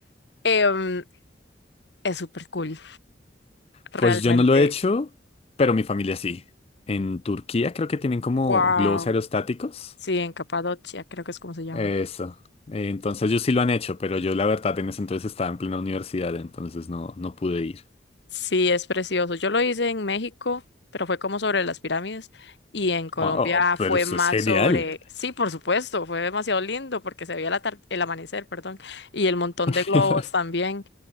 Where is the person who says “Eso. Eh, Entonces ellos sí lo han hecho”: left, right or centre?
Left